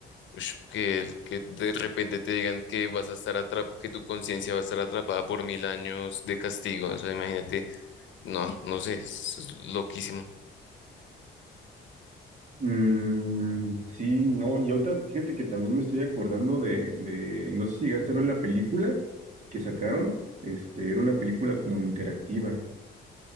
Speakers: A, on the left; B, on the right.
A: Ush, que, el- que de repente te digan que vas a estar atrap que tu conciencia va a estar atrapada por mil años de castigo. O sea, imagínate, no, no sé, es loquísimo.
B: mm, sí, no, y ahorita fíjate que también me estoy acordando de, de, no sé si llegaste a ver la película que sacaron, este, era una película como interactiva.